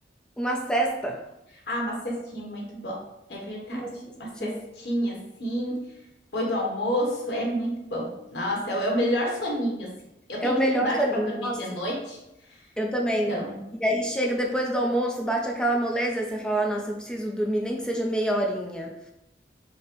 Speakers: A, in the centre; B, on the left (about 65°).
A: uma cesta,
B: Ah, uma cestinha muito bom. É verdade.
A: uma cestinha,
B: Uma cestinha assim Depois do almoço é muito bom. Nossa, é o é o melhor soninho, assim. Eu
A: é
B: tenho
A: o
B: dificuldade
A: melhor soninho,
B: para dormir
A: nossa,
B: de noite,
A: eu também.
B: então
A: E aí chega depois do almoço, bate aquela moleza, você fala: "Nossa, eu preciso dormir nem que seja meia horinha".